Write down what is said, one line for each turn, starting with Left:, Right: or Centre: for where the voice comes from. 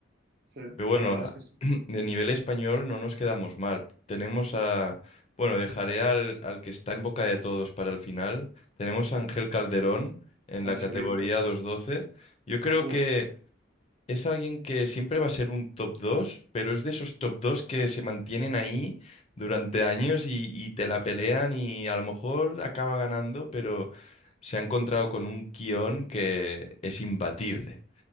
Right: sí.
Left: Pero bueno,
Right: La verdad es que sí.
Left: de nivel español no nos quedamos mal. Tenemos a, bueno, dejaré al, al que está en boca de todos para el final. Tenemos a Ángel Calderón en la
Right: Angelito,
Left: categoría doscientos doce Yo creo
Right: buf.
Left: que es alguien que siempre va a ser un top dos pero es de esos top 2 que se mantienen ahí durante años y, y te la pelean y a lo mejor acaba ganando, pero se ha encontrado con un guión que es imbatible.